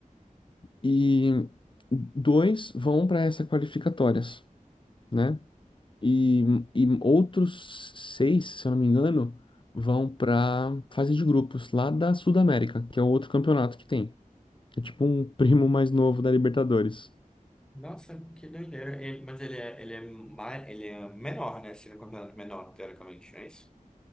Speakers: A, on the left; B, in the centre.
A: e dois vão para essas qualificatórias, né? E, e outros seis, se eu não me engano, vão para fase de grupos lá da Sudamérica, que é o outro campeonato que tem. É tipo um <laughs> primo mais novo da Libertadores.
B: Nossa, que doideira. Ele- mas ele é, ele é, mais, ele é menor, né? Se não considerado menor, teoricamente, não é isso?